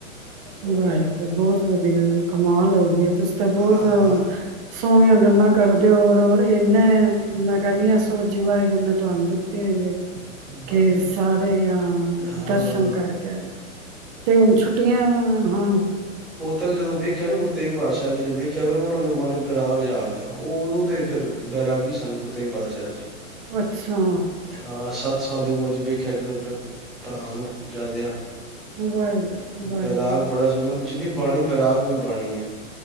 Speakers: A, on the right; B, in the centre.
A: ਹੂੰ ਵਾਹਿਗੁਰੂ ਬਹੁਤ ਵਧੀਆ ਕਮਾਲ ਹੋ ਗਈ ਏ। ਤੇ ਬਹੁਤ
B: ਹਾਂ
A: ਸੋਹਣੀਆਂ ਗੱਲਾਂ ਕਰਦੇ ਹੋ ਔਰ ਇਹਨੇ ਮੈਂ ਕਿਹਨੀ ਆ ਸੋਝੀ ਵਾਹਿਗੁਰੂ ਨੇ ਤੁਹਾਨੂੰ ਦਿੱਤੀ ਤੇ
B: ਬਸ
A: ਕਿ
B: ਜੀ ਬਸ।
A: ਸਾਰੇ ਆ
B: ਹਾਂ
A: ਦਰਸ਼ਨ ਕਰਕੇ ਤੇ ਹੁਣ ਛੁੱਟੀਆਂ ਹਾਂ
B: ਤੱਕ ਜਦੋਂ ਵੇਖਿਆ ਨਾ ਗੁਰੂ ਤੇਗ ਬਹਾਦੁਰ ਸਾਹਿਬ ਜੀ ਨੇ ਵੇਖਿਆ, ਫਿਰ ਉਹਨਾਂ ਦੇ ਮਨ ਚ ਬੈਰਾਗ ਜਿਯਾ ਆ ਗਿਆ। ਉਹ ਉਦੋਂ ਦੇ ਫੇਰ ਬੈਰਾਗੀ ਤਨ ਗੁਰੂ ਤੇਗ ਬਹਾਦੁਰ ਸਾਹਿਬ
A: ਅੱਛਾ।
B: ਹਾਂ ਸੱਤ ਸਾਲ ਦੀ ਉਮਰ ਚ ਵੇਖਿਆ, ਜਦੋਂ ਆਪਣੇ ਭਰਾ ਨੂੰ ਜਾਦਿਆ
A: ਵਾਹਿਗੁਰੂ ਵਾਹਿਗੁਰੂ
B: ਬੈਰਾਗ ਬੜਾ ਸੀ, ਉਹਨਾਂ ਦੀ ਜਿੰਨੀ ਬਾਣੀ ਬੈਰਾਗ ਔ ਹੀ ਬਾਣੀ ਹੈ,